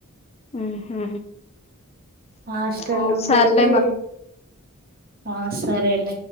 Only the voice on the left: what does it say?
ఉహూ
ఆ
సర్లే మరి